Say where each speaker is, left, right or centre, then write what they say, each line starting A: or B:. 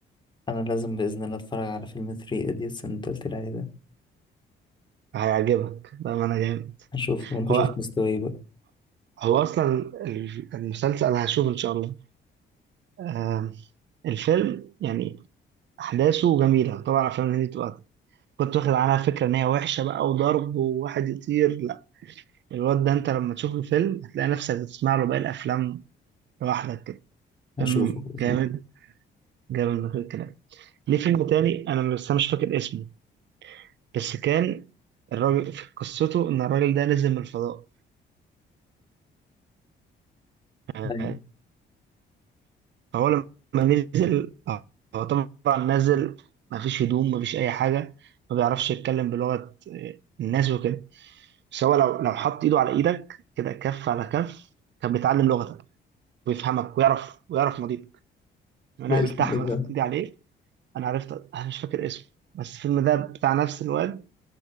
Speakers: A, on the left; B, on the right.
A: انا لازم باذن الله اتفرج على فيلم 3 ايديتس اللي انت قلت لي عليه ده
B: هيعجبك بقى ما انا جامد
A: هشوفه وانت
B: هو
A: شوف مستواي بقى
B: هو اصلا ال- المسلسل انا هشوف ان شاء الله آم، الفيلم يعني احداثه جميله طبعا افلام الهندي بتبقى كنت واخد عنها فكرة إن هي وحشة بقى وضرب وواحد يطير لا الواد ده أنت لما تشوف الفيلم هتلاقي نفسك بتسمع له باقي الأفلام لوحدك كده
A: هشوفه
B: فيلم
A: باذن
B: جامد جامد من غير كلام ليه فيلم تاني أنا بس أنا مش فاكر اسمه بس كان الراجل في قصته إن الراجل ده نزل من الفضاء آه،
A: الله أيوة.
B: فهو لما نزل هو طبعا نازل ما فيش هدوم ما فيش اي حاجه ما بيعرفش يتكلم بلغه آه، الناس وكده بس هو لو لو حط ايده على ايدك كده كف على كف كان بيتعلم لغتك ويفهمك ويعرف ويعرف ماضيك انا
A: ده
B: قابلت
A: اسمه
B: احمد
A: ايه ده
B: حط ايدي عليه انا عرفت انا مش فاكر اسمه بس الفيلم ده بتاع نفس الواد